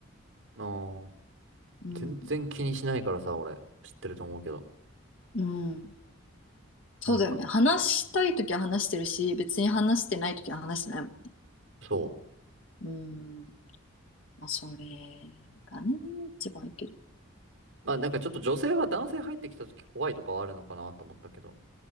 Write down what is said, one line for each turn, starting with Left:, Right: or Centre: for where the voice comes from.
Right: ああ。
Left: うん。
Right: 全然気にしないからさ、俺。知ってると思うけど。
Left: うん。そうだよね。
Right: なんか、
Left: 話したいときは話してるし、別に話してないときは話してないもんね。
Right: そう。
Left: うん。まあ、それがね、一番いいける。
Right: まあなんかちょっと女性は男性入ってきた時怖いとかはあるのかなと思ったけど。